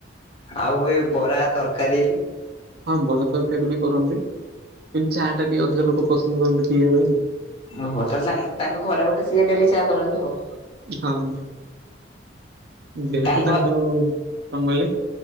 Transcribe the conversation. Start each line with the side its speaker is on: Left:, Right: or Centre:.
Left: ଆଉ ଏ ବରା ତରକାରୀ
Right: ହଁ ଵରା ତରକାରୀ ବି କରନ୍ତି। କିନ୍ତୁ ଚା ଟା ଟିକେ ଅଧିକ ଲୋକ ପସନ୍ଦ କରନ୍ତି ପିଇବା ପାଇଁ।
Left: ଓହୋ ତାହଲେ ତାଙ୍କ ଘରେ ବୋଧେ ସିଏ ଡେଲି ଚା କରନ୍ତି ଆଉ।
Right: ହଁ ଯେହେତୁ
Left: ତାଙ୍କ
Right: ତାଙ୍କର
Left: ଘ
Right: ଵଙ୍ଗାଲି